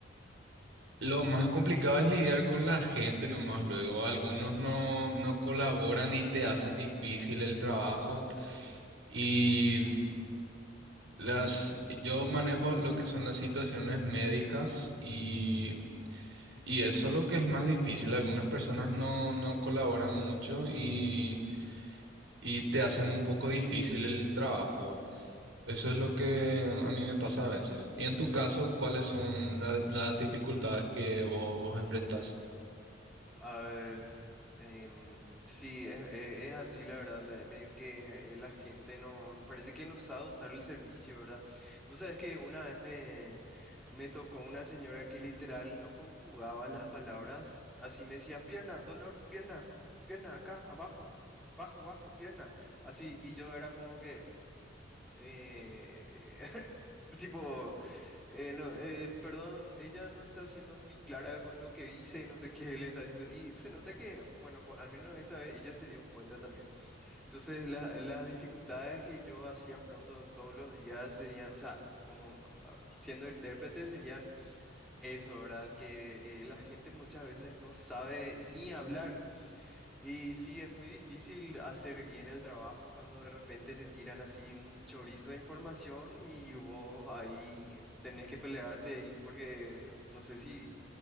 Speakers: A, on the right; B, in the centre.
A: Lo más complicado es lidiar con la gente nomás. Luego algunos no, no colaboran y te hacen difícil el trabajo. Y las, yo manejo lo que son las situaciones médicas y, y eso es lo que es más difícil. Algunas personas no, no colaboran mucho y, y te hacen un poco difícil el trabajo. Eso es lo que a mí me pasa a veces. Y en tu caso, ¿cuáles son la- las dificultades que vos, vos enfrentás?
B: A ver, em, sí, es, es- es así la verdad, la- medio que eh, la gente no, parece que no sabe usar el servicio, ¿verdad? Vos sabés que una vez me, me tocó una señora que literal no conjugaba las palabras, así me decía, pierna, dolor, pierna, pierna, acá, abajo, bajo, bajo, pierna, así, y yo era como que... Eh, <laughs> tipo, eh, no, eh, perdón, ella no está siendo muy clara con lo que dice, no sé qué le está diciendo. Y se nota que, bueno, po- al menos esta vez ella se dio cuenta también. Entonces, la- las dificultades que yo hacía pronto todos los días serían, o sea, como ah, siendo intérprete serían eso, ¿verdad? Que eh, la gente muchas veces no sabe ni hablar. Y sí, es muy difícil hacer bien el trabajo cuando de repente te tiran así un chorizo de información y vos ahí tenés que pelearte ahí porque no sé si,